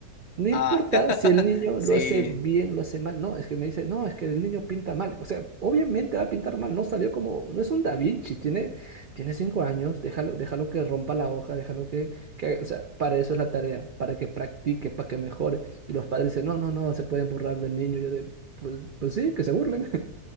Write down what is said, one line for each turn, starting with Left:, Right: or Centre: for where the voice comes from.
Right: no importa
Left: Ah, <laughs>
Right: si el niño
Left: sí,
Right: lo hace bien, lo hace mal. No, es que me dice, no, es que el niño pinta mal. O sea, obviamente va a pintar mal. No salió como, no es un Da Vinci. Tiene, tiene cinco años. Déjalo, déjalo que rompa la hoja. Déjalo que, que, o sea, para eso es la tarea, para que practique, para que mejore. Y los padres dicen, no, no, no, se pueden burlar del niño. Yo de, pues, pues sí, que se burlen. <laughs>